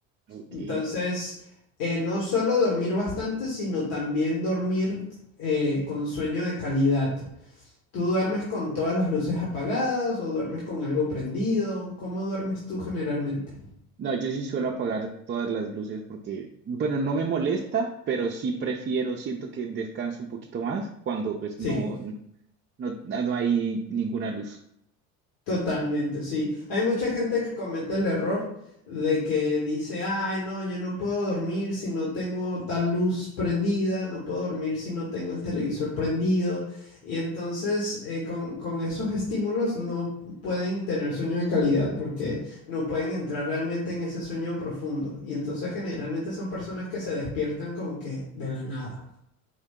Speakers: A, on the right; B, on the left.
A: Ok.
B: Entonces, eh, no solo dormir bastante, sino también dormir eh, con sueño de calidad. ¿Tú duermes con todas las luces apagadas o duermes con algo prendido? ¿Cómo duermes tú generalmente?
A: No, yo sí suelo apagar todas las luces porque, bueno, no me molesta, pero sí prefiero, siento que descanso un poquito más cuando pues
B: Sí.
A: no, no, no hay ninguna luz.
B: Totalmente, sí. Hay mucha gente que comete el error de que dice, ay, no, yo no puedo dormir si no tengo tal luz prendida, no puedo dormir si no tengo el televisor prendido. Y entonces eh, con, con esos estímulos no pueden tener sueño de calidad porque no pueden entrar realmente en ese sueño profundo. Y entonces generalmente son personas que se despiertan como que de la nada.